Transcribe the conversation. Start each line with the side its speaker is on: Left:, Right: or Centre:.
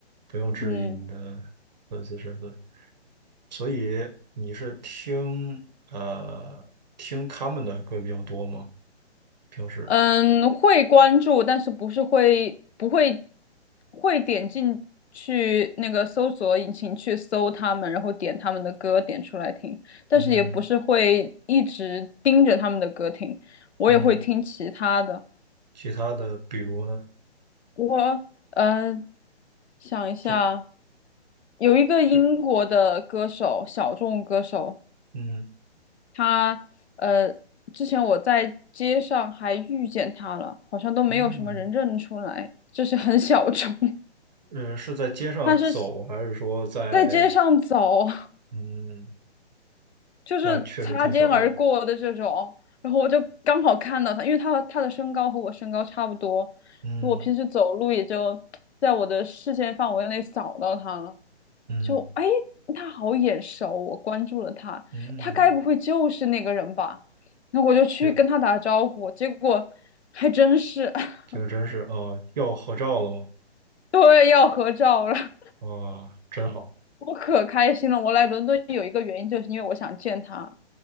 Right: 不用质疑你的
Left: 嗯。
Right: 粉丝身份。所以你是听呃听他们的歌比较多吗？平时？
Left: 嗯，会关注，但是不是会不会会点进去那个搜索引擎去搜他们，然后点他们的歌点出来听，但是也不是会一直盯着他们的歌听，
Right: 嗯
Left: 我也会听其他的。
Right: 嗯，其他的比如呢？
Left: 我呃想一下，
Right: 就
Left: 有一个英国的歌手，
Right: 是
Left: 小众歌手，
Right: 嗯
Left: 他呃，之前我在街上还遇见他了，好像都没有什么人认出来，
Right: 嗯
Left: 就是很小众。<laughs>
Right: 呃，是在街上走，
Left: 他是
Right: 还是说在
Left: 在街上走，
Right: 嗯，
Left: 就是擦肩而过的这种，
Right: 那确实挺小众。
Left: 然后我就刚好看到他，因为他和他的身高和我身高差不多，
Right: 嗯。
Left: 我平时走路也就在我的视线范围内扫到他了。
Right: 嗯
Left: 就哎，他好眼熟，我关注了他，
Right: 嗯，
Left: 他该不会就是那个人吧？那我就去跟他打招呼，
Right: 就
Left: 结果还真是，<laughs>
Right: 就真是啊，要合照了吗？
Left: 对，要合照了，
Right: 哇，真好！
Left: 我可开心了。我来伦敦有一个原因，就是因为我想见他。